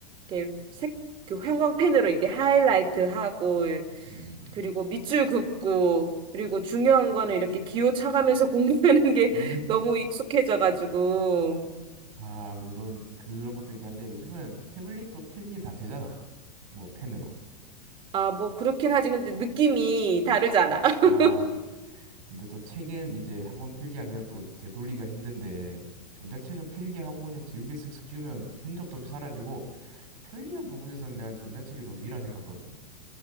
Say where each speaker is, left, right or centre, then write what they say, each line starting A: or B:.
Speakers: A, on the right; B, on the right.
A: 이렇게 색, 그 형광펜으로 이렇게 하이라이트 하고,
B: 음.
A: 그리고 밑줄 긋고, 그리고 중요한 거는 이렇게 기호 차가면서 <laughs> 공부하는 게
B: 음.
A: 너무 익숙해져가지고.
B: 아, 물론 그런 것도 있긴 한데 요즘은 태블릿도 필기 다 되잖아. 뭐 펜으로.
A: 아, 뭐, 그렇긴 하지. 근데 느낌이 다르잖아. <laughs>
B: 아, 근데 또 책은 이제 한번 필기하면 또 되돌리기가 힘든데 전자책은 필기하고 그냥 지우개 쓱쓱 지우면 흔적도 없이 사라지고 편리한 부분에서는 내가 전자책이 더 위라 생각하거든.